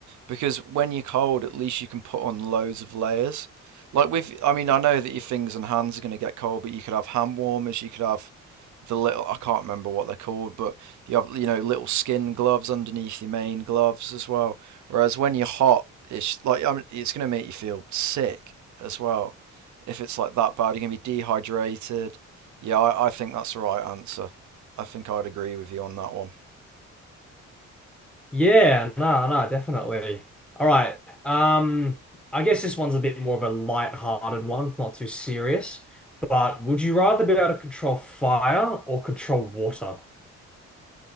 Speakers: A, on the right; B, in the centre.
A: because when you're cold, at least you can put on loads of layers. Like with I mean, I know that your fingers and hands are going to get cold, but you could have hand warmers, you could have the little I can't remember what they're called, but you have you know little skin gloves underneath your main gloves as well. Whereas when you're hot, it's like I mean, it's gonna make you feel sick as well. If it's like that bad, you're gonna be dehydrated. Yeah, I, I think that's the right answer. I think I'd agree with you on that one.
B: Yeah, no, no, definitely. All right. Um, I guess this one's a bit more of a light-hearted one. It's not too serious. But would you rather be able to control fire or control water?